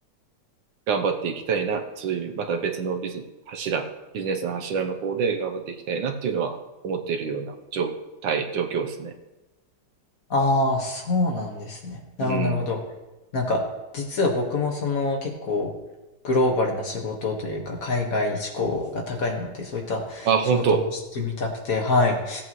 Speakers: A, on the right (about 75°); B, on the left (about 50°).
A: 頑張っていきたいな、そういうまた別のビズ、柱、ビジネスの柱の方で頑張っていきたいなっていうのは思っているような状態、状況ですね。
B: ああ、そうなんですね。なるほど、
A: うん。
B: なるほど。なんか、実は僕もその結構グローバルな仕事というか、海外志向が高いので、そういった仕事をしてみたくて、
A: あ、本当。
B: はい。